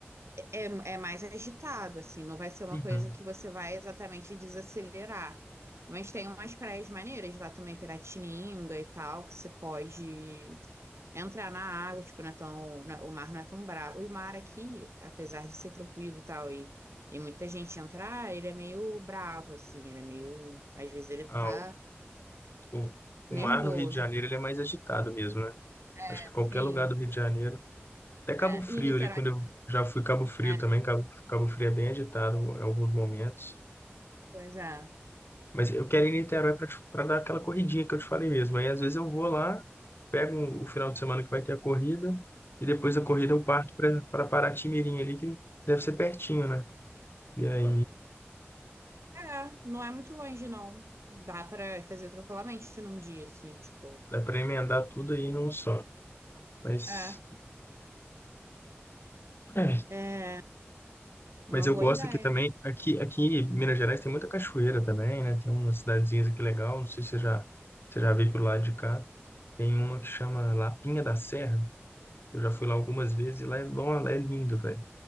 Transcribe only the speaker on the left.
Uhum.
Ah,
o, o, o
mar no Rio de Janeiro ele é mais agitado mesmo, né?
Acho que qualquer
lugar do Rio de Janeiro. Até Cabo
Frio
ali, quando eu já fui Cabo Frio
também, Cabo, Cabo Frio é bem agitado em alguns momentos.
Mas eu quero ir em Niterói para dar aquela corridinha que eu te falei mesmo. Aí às vezes eu vou lá, pego um, o final de semana que vai ter a corrida, e depois da corrida eu parto para Paraty-Mirim ali, que deve ser pertinho, né? E aí
dá para emendar tudo aí num só. Mas,
é.
Mas eu
gosto
aqui também. Aqui, aqui em Minas Gerais tem muita cachoeira também, né? Tem umas cidadezinhas aqui legal. Não sei se você já, você já veio pro lado de cá. Tem uma que chama Lapinha da Serra. Eu já fui lá algumas vezes e lá é, bom, lá é lindo, velho.